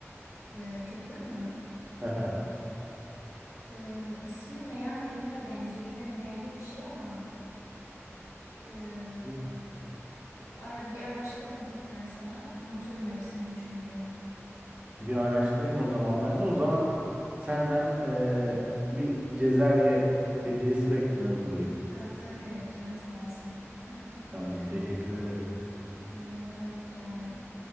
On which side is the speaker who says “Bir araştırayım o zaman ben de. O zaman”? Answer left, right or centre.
Right